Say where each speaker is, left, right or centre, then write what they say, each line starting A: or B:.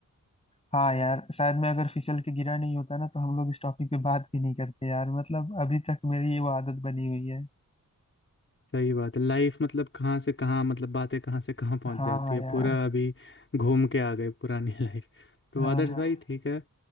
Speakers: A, on the left (about 20°); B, on the left (about 40°).
A: हाँ यार शायद मैं अगर फिसल के गिरा नहीं होता ना तो हम लोग इस टॉपिक पे बात भी नहीं करते यार मतलब अभी तक मेरी ये वो आदत बनी हुई है
B: <laughs> सही बात है लाइफ मतलब कहाँ से कहाँ मतलब बातें कहाँ से कहाँ पहुँच
A: हाँ
B: जाती
A: हाँ
B: है
A: यार
B: पूरा अभी घूम के आ गए पुरानी <laughs> लाइफ तो
A: हाँ
B: आदर्श
A: हाँ
B: भाई ठीक है